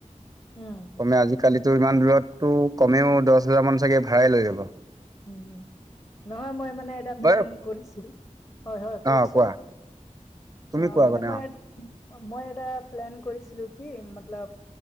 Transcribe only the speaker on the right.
কমে আজিকালিতো ইমান দূৰতটো কমেও দহ হাজাৰ মান চাগে ভাড়াই লৈ লব।
বাৰু
অ
কোৱা তুমি
কোৱা
আগতে